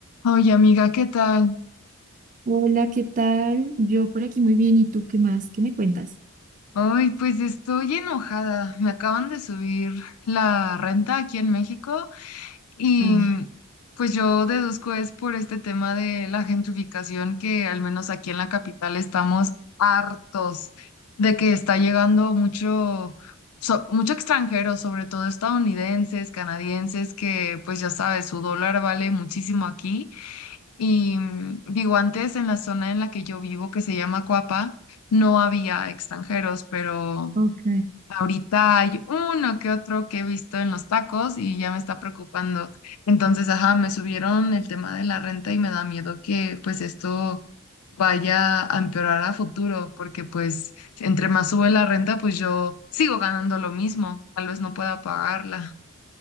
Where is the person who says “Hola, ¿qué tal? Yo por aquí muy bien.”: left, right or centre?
Right